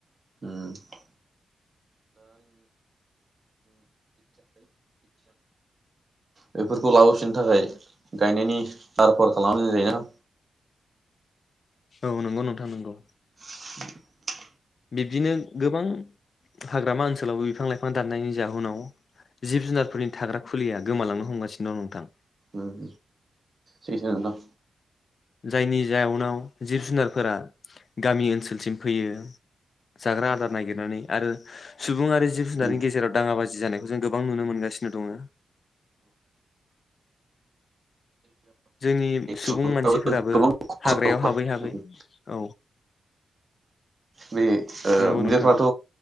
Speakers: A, on the right (about 45°); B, on the left (about 60°).
A: उम <unintelligible> बेफोरखौ लाबोफिननो थाखाय गायनायनि लाहार फाहार खालाम <unintelligible> जायोना
B: औ नंगौ नोंथां नंगौ
A: <inaudible>
B: बिबदिनो गोबां हाग्रामा ओनसोलावबो बिफां लाइफां दाननायनि जाहोनाव जिब जुनारफोरनि थाग्रा खुलिया गोमालांनो हमगासिनो दं नोंथां
A: ओम सैथो नोंथां
B: जायनि जाउनाव जिब जुनारफोरा गामि ओनसोलसिम फैयो जाग्रा आदार नागिरनानै आरो सुबुं आरो जिब जुनारनि
A: उम
B: गेजेराव दाङा बाजि जानाय जों गोबां नुनो मोनगासिनो दङो जोंनि सुबुं
A: सुबुंफ्राबो
B: मानसिफोराबो
A: गोबां
B: हाग्रायाव
A: खस्थ'
B: हाबै हाबै औ
A: बे ओ
B: नंगौ
A: मैदिरफ्राथ'
B: नोंथां